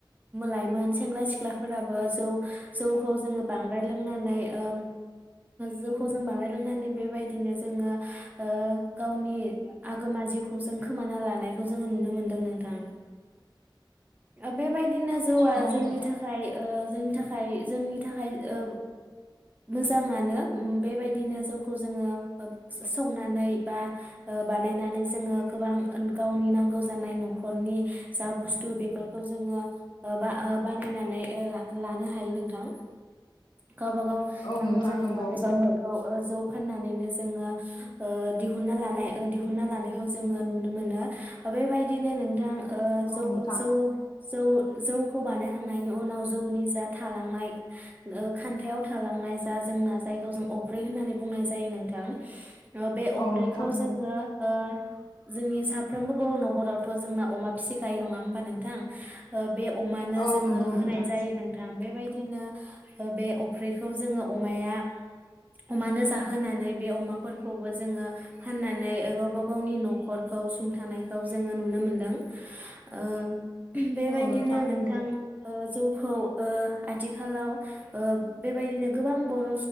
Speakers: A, on the right; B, on the left.
A: लायमोन सेंग्रा सिख्लाफोराबो जौ जौखौ जोङो बांद्राय लोंनानै ओ जौखौ जों बांद्राय लोंनानै बेबायदिनो जोङो ओ गावनि आगोमा जिउखौ जों खोमाना लानायखौ जोङो नुनो मोनदों नोंथां। बे बायदिनो जौआ
B: औ
A: जोंनि
B: नोंथां
A: थाखाय ओ जोंनि थाखाय जोंनि थाखाय ओ मोजाङानो बेबायदिनो जौखौ जोङो संनानै बा बानायनानै जोङो गोबां गावनि नांगौ जानाय न'खरनि जा बुस्थु बेफोरखौ जोङो ओ-ओ बानायनानै ला-ला लानो हायो नोंथां। गावबागाव
B: औ
A: नांगौ
B: नोंथां
A: जानाय
B: नंगौ
A: मुवा बेसादफोरखौ जौ फाननानैनो जोङो ओ दिहुनना लानाय दिहुनना लानायखौ जोङो नुनो मोनो। बेबायदिनो नोंथां जौ
B: औ नोंथां
A: जौ जौ जौखौ बानायखांनायनि उनाव जौनि जात थालांनाय खान्थायाव थालांनाय जा जोंना जायखौ जों अफ्रि होननानै बुंनाय जायो नोंथां। बे अफ्रिखौ
B: औ नोंथां उम
A: जोङो ओ जोंनि साफ्रोमबो बर' न'खरावथ' जोंना अमा फिसिखायो नङा होमबा नोंथां ओ बे अमानो
B: औ
A: जोङो
B: नंगौ
A: होनाय
B: नोंथां
A: जायो नोंथां। बेबायदिनो बे अफ्रिखौ जोङो अमाया अमानो जाहोनानै बे अमाफोरखौबो जोङो फाननानै गावबा गावनि न'खरखौ औ सुंथानायखौ जोङो नुनो मोनदों ।ओ बेबायदिनो
B: औ
A: नोंथां
B: नंगौ
A: ओ जौखौ ओ आथिखालाव ओ बेबायदिनो गोबां बर'